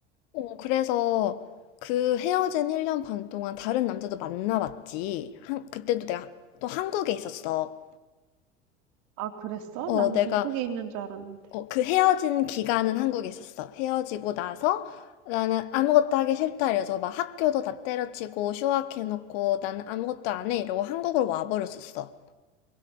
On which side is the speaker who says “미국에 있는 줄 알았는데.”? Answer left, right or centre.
Right